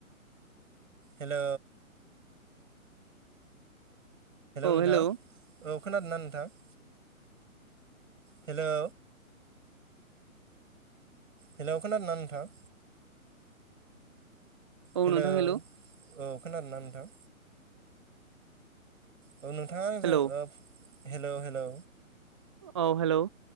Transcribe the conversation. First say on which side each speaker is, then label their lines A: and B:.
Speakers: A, on the right; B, on the right.
A: hello
B: औ
A: नोंथां
B: हेल'
A: औ खोनादोंना नोंथां? हेल' हेल'खोनादों ना नोंथां?
B: औ
A: हेलौ
B: नोंथां हेल'
A: औ खोनादों ना नोंथां? औ नोंथाङा आंजों
B: हेलौ
A: ओब हेलौ- हेलौ
B: औ हेल'